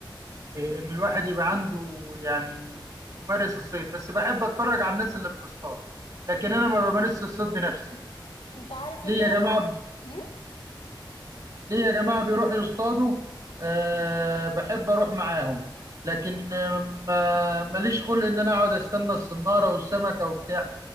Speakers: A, on the right; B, on the left.
A: آه، ان الواحد يبقى عنده يعني يمارس الصيد بس بحب اتفرج على الناس اللي بتصطاد لكن انا ما بمارسش الصيد بنفسي
B: انت عارف
A: ليه
B: ان انا
A: يا جماعه
B: بحب مم؟
A: ليه يا جماعه بيروحوا يصطادوا أه بحب اروح معاهم لكن آه، ما- ماليش خلق ان انا اقعد استنى الصناره والسمكه وبتاع